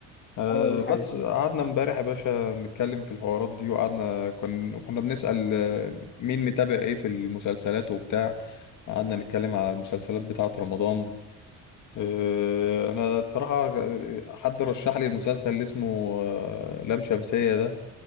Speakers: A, on the left; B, on the left.
A: أه
B: أيوه دي حقيقة
A: بس قعدنا امبارح يا باشا نتكلم في الحوارات دي وقعدنا كنا كنا بنسأل آه، مين متابع ايه في المسلسلات وبتاع قعدنا نتكلم على المسلسلات بتاعة رمضان أه انا صراحة حد رشح لي المسلسل اللي اسمه آه، لام شمسية ده